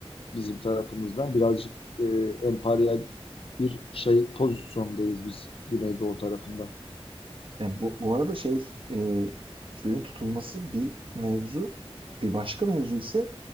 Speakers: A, on the left; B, on the right.
A: bizim tarafımızdan. Birazcık e, emperyal bir şey pozisyondayız biz Güneydoğu tarafında.
B: yani bu, bu arada şey e, suyun tutulması bir mevzu. Bir başka mevzu ise